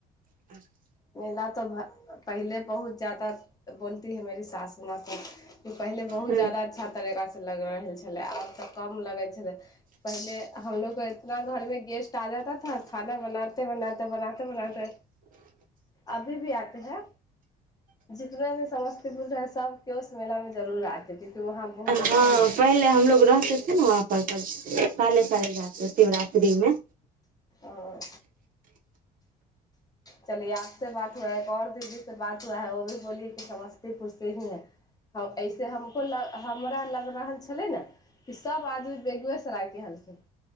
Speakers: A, on the right; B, on the left.
A: <inaudible>
B: मेला तो भ पहिले बहुत जादा बोलती है मेेरी सास माँ को कि पहिले बहुत
A: हँ
B: जादा अच्छा तरीका सँ लग रहल छलै आब तऽ कम लगै छलै पहिले हमलोगके इतना घरमे गेस्ट आ जाता था खाना बनाते बनाते बनाते बनाते अभी भी आते है जितना भी समस्तीपुर रहै सबकेस मेलामे जरूर आते क्योंकि वहाँ बहुत
A: हँ
B: अच्छा मेला
A: पहिले हमलोग रहतै थे ना वहाँ पर साले साले जाते है शिवरात्रि मे
B: आओर चलियै आपसे बात हुआ है एक ओर दीदी से बात हुआ है व भी बोलियए कि समस्तीपुर से ही है ऐसे हमको हमरा लग रहल छलै ने कि सब आदमी बेगुएसरायके हलखिन